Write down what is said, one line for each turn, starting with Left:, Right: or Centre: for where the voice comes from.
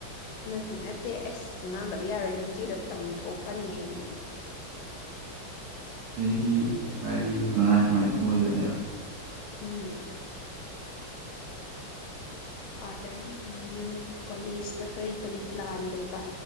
Left: ꯅꯠꯇꯦ ꯅꯠꯇꯦ ꯑꯁ ꯉꯥꯡꯗꯕ ꯌꯥꯔꯣꯏ ꯅꯆꯦꯗ ꯇꯝꯊꯣꯛꯀꯅꯤ ꯑꯩꯗꯤ
Right: ꯆꯍꯤ ꯃꯔꯤ ꯃꯉꯥ ꯁꯨꯃꯥꯏꯅ ꯑꯣꯏꯕꯅꯦꯕ
Left: ꯎꯝ ꯑꯥꯗꯒꯤꯗꯤ ꯅꯪ ꯀꯣꯂꯦꯖꯇ ꯀꯔꯤ ꯀꯔꯤ ꯄ꯭ꯂꯥꯟ ꯂꯩꯕ